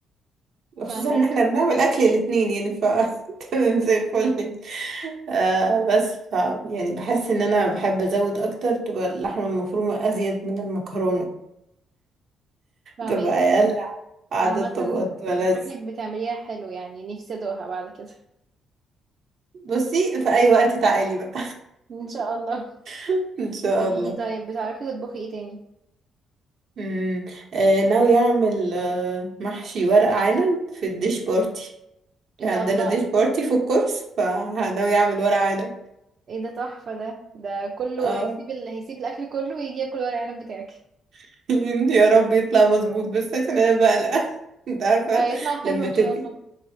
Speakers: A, on the right; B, on the right.
A: خصوصا
B: فهماكي
A: ان احنا بنعمل اكل الاتنين يعني ف <laughs> تمام زي الفل آه بس ف يعني بحس ان انا بحب ازود اكتر تبقى اللحمة المفرومة ازيد من المكرونة
B: فهماكي
A: تبقى اقل
B: اه.
A: عدد
B: عامة
A: طبقات ملاذ
B: شكلك بتعمليها حلو يعني نفسي ادوقها بعد كده
A: بصي في اي وقت تعالي بقى
B: ان شاء الله
A: <laughs> ان شاء
B: قوليلي
A: الله
B: طيب بتعرفي تطبخي ايه تاني
A: امم آه ناوي اعمل آه محشي ورق عنب في الديش بارتي
B: ايه
A: عندنا
B: ده الله
A: ديش بارتي في الكورس فناوي اعمل ورق عنب
B: ايه ده تحفة ده ده كله
A: اه
B: هيسيب ال... هيسيب الاكل كله ويجي ياكل ورق عنب بتاعك
A: <laughs> يا رب يطلع مظبوط بس عشان انا بقلق <laughs> انت عارفه
B: هيطلع حلو
A: لما
B: ان
A: تبقي
B: شاء الله